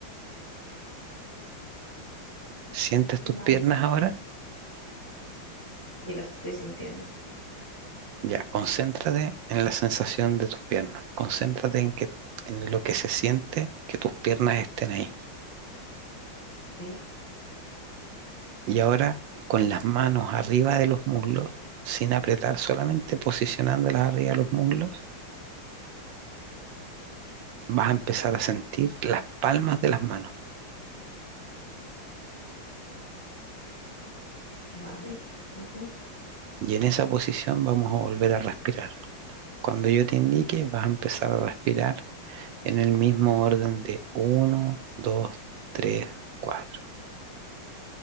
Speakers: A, on the right; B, in the centre.
A: ¿Sientes
B: Vale,
A: tus piernas ahora?
B: sí, las estoy sintiendo.
A: Ya, concéntrate en la sensación de tus piernas, concéntrate en, que, en lo que se siente que tus piernas estén ahí.
B: Sí,
A: Y ahora con las manos arriba de los muslos, sin apretar, solamente posicionándolas arriba de los muslos, vas a empezar a sentir las palmas de las manos.
B: vale, siento.
A: Y en esa posición vamos a volver a respirar. Cuando yo te indique, vas a empezar a respirar en el mismo orden de uno dos tres cuatro